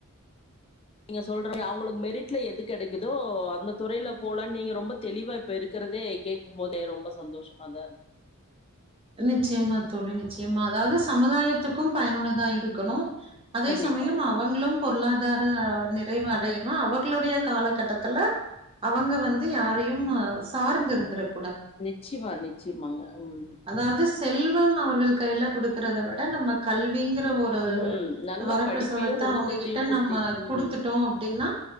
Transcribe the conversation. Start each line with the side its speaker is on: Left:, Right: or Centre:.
Left: ங்க சொல்றீங்க அவுங்குளுக் மெரிட்ல எது கெடைக்குதோ அந்த துறையில போலான் நீங்க ரொம்ப தெளிவா இப்ப இருக்கிறதே கேக்கும்போதே ரொம்ப சந்தோஷமாதார்க்
Right: நிச்சியமா தோழி நிச்சியமா அதாவ்து சமுதாயத்துக்கும் பயனுள்ளதா இருக்கணு அதே
Left: கண்டிப்பாங்க
Right: சமயம் அவங்களும் பொருளாதார் அ நிறைவடையணு அவர்களுடைய காலகட்டத்துல அவங்க வந்து யாரையும் சார்ந்து இருந்திறக்
Left: நிச்சிமா நிச்சிமாங்க ம்
Right: அதாவ்து செல்வ ம அவர்கள் கையில குடுக்கறத விட நம்ம கல்விங் ஒரு
Left: ம் நல்ல
Right: வரப்பிரசாதத்த
Left: படிப்பையும் ஒழுக்கத்தையும்
Right: அவங்ககிட்ட
Left: கொடுத்தீங்க
Right: நம்ம
Left: ம்
Right: குடுத்துட்டோ அப்டின்னா